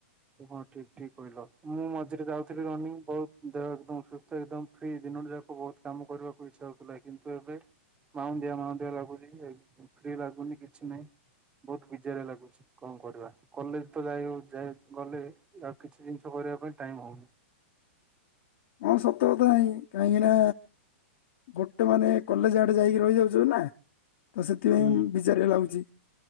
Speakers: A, on the right; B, on the left.
A: ହଁ ଠିକ୍ ଠିକ୍ କହିଲ, ମୁଁ ମଝିରେ ଯାଉଥିଲି ରନିଂ ବହୁତ୍ ଦେହ ଏକଦମ୍ ସୁସ୍ଥ ଏକଦମ୍ ଫ୍ରି ଦିନଟି ଯାକ ବହୁତ୍ କାମ କରିବାକୁ ଇଚ୍ଛା ହଉଥିଲା, କିନ୍ତୁ ଏବେ ମାନ୍ଦା ମାନ୍ଦା ଲାଗୁଛି ଯେ ଫ୍ରି ଲାଗୁନି କିଛି ନହିଁ। ବହୁତ୍ ବିଜାରିଆ ଲାଗୁଛି କଣ କରିବା କଲେଜ୍ ତ ଯାଇ ଯାଇ ଗଲେ ଆଉ କିଛି ଜିନିଷ କରିବା ପାଇଁ ଟାଇମ୍ ହଉନି।
B: ହଁ ସତ କଥା କାହିଁକିନା ଗୋଟେ ମାନେ କଲେଜ୍ ଆଡ଼େ ଯାଇକି ରହିଯାଉଛ ନା ତ ସେଥିପାଇଁ
A: ହୁଁ
B: ବିଜାରିଆ ଲାଗୁଛି,